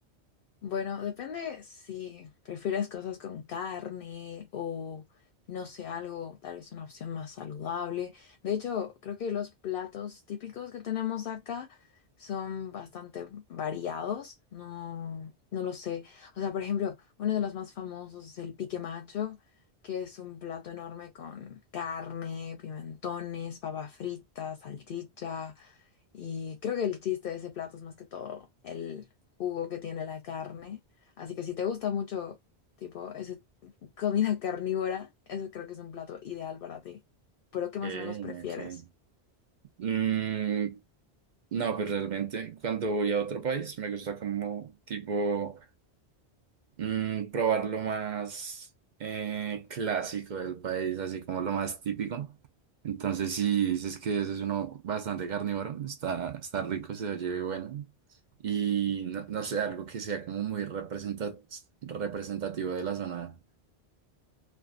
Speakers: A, on the left; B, on the right.
A: Bueno, depende si prefieres cosas con carne o, no sé, algo, tal vez una opción más saludable. De hecho, creo que los platos típicos que tenemos acá son bastante variados. No, no lo sé. O sea, por ejemplo, uno de los más famosos es el pique macho, que es un plato enorme con carne, pimentones, papa frita, salchicha. Y creo que el chiste de ese plato es más que todo el jugo que tiene la carne. Así que si te gusta mucho, tipo, esa comida <laughs> carnívora, eso creo que es un plato ideal para ti. Pero
B: Ok,
A: ¿qué más o menos prefieres?
B: ok. Mm, No, pues realmente cuando voy a otro país me gusta como tipo mm, probar lo más eh, clásico del país, así como lo más típico. Entonces si dices que ese es uno bastante carnívoro, está, está rico, se oye bueno. Y no, no sé, algo que sea como muy representa- representativo de la zona.